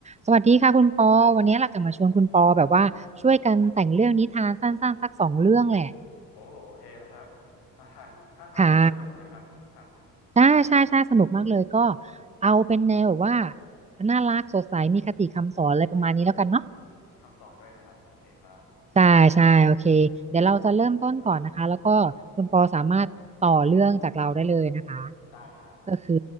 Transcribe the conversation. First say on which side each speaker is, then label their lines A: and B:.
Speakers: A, on the right; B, on the left.
A: สวัสดีค่ะคุณปอวันนี้เราจะมาชวนคุณปอแบบว่าช่วยกันแต่งเรื่องนิทานสั้นๆสักสองเรื่องแหละ
B: โอ้โอเคแล้วครับท่าทางท่าทางจะสนุกนะครับครับ
A: ค่ะใช่ใช่ใช่สนุกมากเลยก็เอาเป็นแนวแบบว่าน่ารักสดใสมีคติคำสอนอะไรประมาณนี้แล้วกันเนาะ
B: มีคำสอนด้วยนะครับโอเคครับ
A: ใช่ใช่โอเคเดี๋ยวเราจะเริ่มต้นก่อนนะคะแล้วก็คุณปอสามารถต่อเรื่องจากเราได้เลยนะคะ
B: ได้ครับ
A: ก็คือ